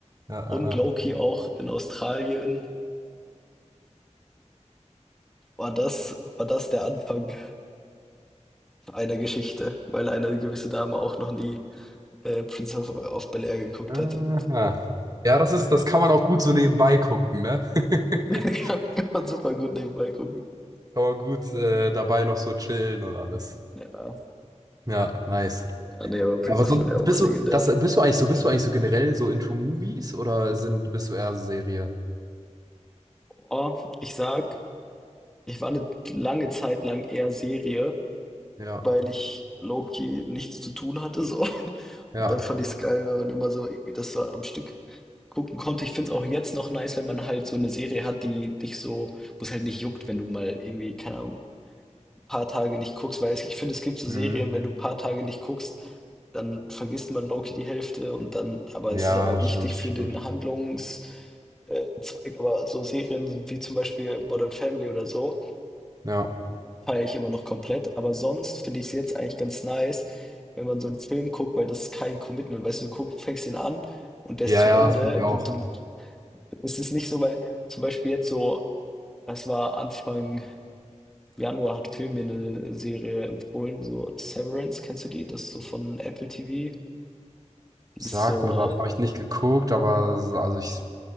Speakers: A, on the right; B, in the centre.
A: Ja, ja,
B: Und
A: ja.
B: Loki auch in Australien war das, war das der Anfang einer Geschichte, weil eine gewisse Dame auch noch nie äh, Prince of, of Bel-Air geguckt
A: Aha.
B: hatte.
A: Ja, das ist, das kann man auch gut so nebenbei gucken, ne? <laughs>
B: <laughs> Kann man super gut nebenbei gucken.
A: Kann man gut äh, dabei noch so chillen und alles.
B: Ja,
A: Ja, nice.
B: ah, nee, aber Prince
A: Ja, aber
B: of
A: sonst
B: Bel-Air auch
A: bist
B: legendär.
A: du, das bist du eigentlich so, bist du eigentlich so generell so into Movies oder sind, bist du eher so Serie?
B: Oh, ich sag, Ich war eine lange Zeit lang eher Serie,
A: Ja,
B: weil ich low-key nichts zu tun hatte so.
A: ja.
B: Und dann fand ich es geil, wenn man immer so irgendwie das so am Stück gucken konnte. Ich finde es auch jetzt noch nice, wenn man halt so eine Serie hat, die dich so, wo es halt nicht juckt, wenn du mal irgendwie, keine Ahnung, ein paar Tage nicht guckst, weil es, ich finde, es gibt so
A: Mhm.
B: Serien, wenn du ein paar Tage nicht guckst, dann vergisst man low-key die Hälfte und dann, aber
A: Ja,
B: es ist aber wichtig
A: stimmt,
B: für
A: stimmt.
B: den Handlungs äh, Zweig, aber so Serien wie zum Beispiel Modern Family oder so,
A: Ja.
B: feiere ich immer noch komplett. Aber sonst finde ich es jetzt eigentlich ganz nice, wenn man so einen Film guckt, weil das ist kein Commitment. Weißt du, du guck, fängst den an und der
A: Ja,
B: ist zu
A: ja,
B: Ende
A: das finde ich
B: und
A: auch.
B: du, es ist nicht so, weil zum Beispiel jetzt so, das war Anfang Januar, hat Phil mir eine Serie empfohlen, so Severance, kennst du die? Das ist so von Apple TV. Die
A: Sagt
B: ist so
A: mir was, habe ich nicht geguckt, aber so- also ich,